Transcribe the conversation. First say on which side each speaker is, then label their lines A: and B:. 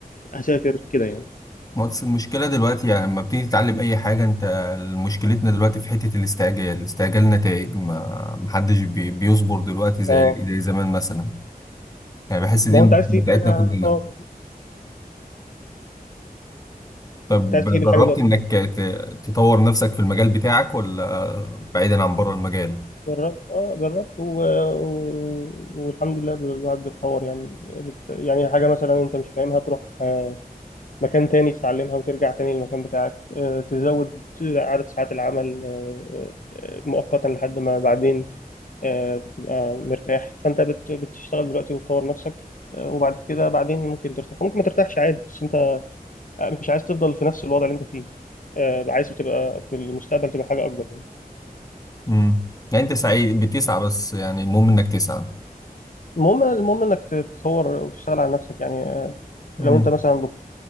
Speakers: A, on the left; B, on the left.
A: هسافر كده يعني
B: ما بس المشكله دلوقتي يعني لما بتيجي تتعلم اي حاجه انت مشكلتنا دلوقتي في حته الاستعجال استعجال نتائج ما محدش بي بيصبر دلوقتي زي
A: اه
B: زي زمان مثلا يعني بحس دي
A: ما
B: المشكله
A: هو انت عايز تجيب
B: بتاعتنا
A: حاجه
B: كلنا
A: اه
B: طب
A: انت عايز تجيب الحاجه
B: جربت
A: دلوقتي
B: انك
A: يعني
B: ت- تطور نفسك في المجال بتاعك ولا بعيدا عن بره المجال
A: جربت اه جربت و... و... والحمد لله الواحد بيتطور يعني بت... يعني حاجه مثلا انت مش فاهمها تروح مكان تاني تتعلمها وترجع تاني للمكان بتاعك آه، تزود عدد ساعات العمل آه، آه، مؤقتا لحد ما بعدين آه، تبقى مرتاح فأنت بت- بتشتغل دلوقتي وتطور نفسك آه، وبعد كده بعدين ممكن ترتاح ممكن ما ترتاحش عادي بس أنت مش عايز تفضل في نفس الوضع اللي أنت فيه آه، عايز تبقى في المستقبل تبقى حاجة أكبر
B: امم يعني انت سعيد بتسعى بس يعني المهم انك تسعى
A: المهم المهم إنك تتطور وتشتغل على نفسك يعني آه،
B: امم
A: لو أنت مثلا